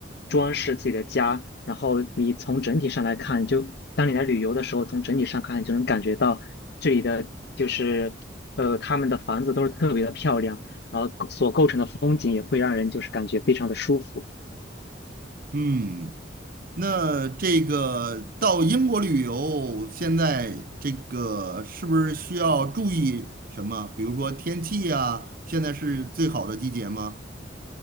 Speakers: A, on the left; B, on the right.
A: 装饰自己的家。然后你从整体上来看，就当你来旅游的时候，从整体上看，你就能感觉到这里的就是呃他们的房子都是特别的漂亮，然后所构成的风景也会让人就是感觉非常的舒服。
B: 嗯，那这个到英国旅游，现在这个是不是需要注意什么？比如说天气啊，现在是最好的季节吗？